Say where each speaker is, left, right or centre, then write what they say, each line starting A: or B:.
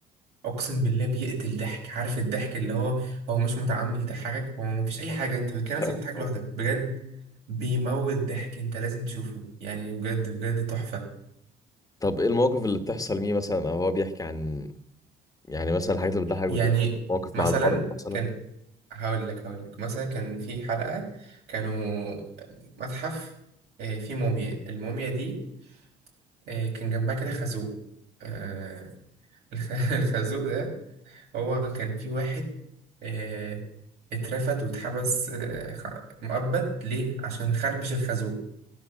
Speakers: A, on the right; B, on the left.
A: اقسم بالله بيقتل ضحك عارف الضحك اللي هو هو مش متعمد يضحكك هو مفيش اي حاجه انت بتلاقي
B: آه.
A: نفسك بتضحك لوحدك بجد بيموت ضحك انت لازم تشوفه يعني بجد بجد تحفه
B: طب ايه المواقف اللي بتحصل ليه مثلا او هو بيحكي عن يعني مثلا الحاجات اللي بتضحك
A: يعني
B: بتبقى مواقف
A: مثلا
B: مع الارض مثلا
A: كان هقول لك هقول لك مثلا كان في حلقه كانوا متحف آه، فيه موميا الموميا دي آه، كان جنبها كده خازوق آه، <laughs> الخ- الخازوق ده هو كان في واحد آه، اترفد واتحبس آه، خ- مؤبد ليه عشان خربش الخازوق